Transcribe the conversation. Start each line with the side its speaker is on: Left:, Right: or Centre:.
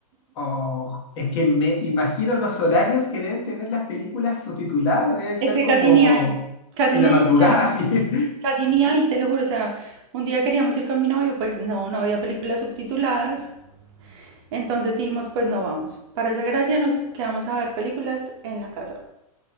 Left: Oh, es que me imagino los horarios que deben tener las películas subtituladas, deben ser
Right: Es que
Left: como
Right: casi ni hay, casi
Left: en
Right: ni,
Left: la madrugada,
Right: o sea,
Left: así. <laughs>
Right: casi ni hay, te lo juro, o sea, un día queríamos ir con mi novio, pues no, no había películas subtituladas, entonces dijimos, pues no vamos. Para esa gracia nos quedamos a ver películas en la casa.